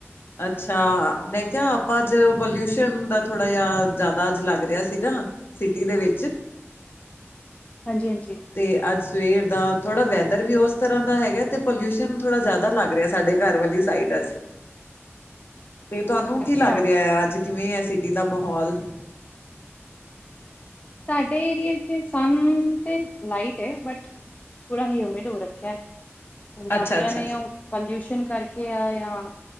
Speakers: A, on the left (about 50°); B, on the left (about 30°).
A: ਅੱਛਾ, ਮੈਂ ਕਿਹਾ ਆਪਾਂ ਅੱਜ ਪੋਲਿਊਸ਼ਨ ਦਾ ਥੋੜ੍ਹਾ ਜਿਹਾ, ਜ਼ਿਆਦਾ ਅੱਜ ਲੱਗ ਰਿਹਾ ਸੀਗਾ ਸਿਟੀ ਦੇ ਵਿੱਚ
B: ਹਾਂਜੀ ਹਾਂਜੀ।
A: ਤੇ ਅੱਜ ਸਵੇਰ ਦਾ ਥੋੜਾ ਵੈਦਰ ਵੀ ਉਸ ਤਰ੍ਹਾਂ ਦਾ ਹੈਗਾ, ਤੇ ਪੋਲਿਊਸ਼ਨ ਥੋੜ੍ਹਾ ਜਿਆਦਾ ਲੱਗ ਰਿਹਾ ਸਾਡੇ ਘਰ ਵਾਲੀ ਸਾਈਡ, ਅਜ ਤੇ ਤੁਹਾਨੂੰ ਕੀ
B: ਅੱਛਾ
A: ਲੱਗ ਰਿਹਾ ਹੈ, ਅੱਜ ਕਿਵੇਂ ਹੈ ਸਿਟੀ ਦਾ ਮਾਹੌਲ?
B: ਸਾਡੇ ਏਰੀਏ ਤੇ ਸਨ ਤੇ ਲਾਈਟ ਹੈ, ਬਟ ਪੂਰਾ ਹੀ, ਹਮੀਡ ਹੋ ਰੱਖਿਆ। ਰਬਜ਼ਾਂਣੇ
A: ਅੱਛਾ ਅੱਛਾ ਅੱਛਾ।
B: ਆ ਉਹ ਪੋਲਿਊਸ਼ਨ ਕਰਕੇ ਆ, ਜਾਂ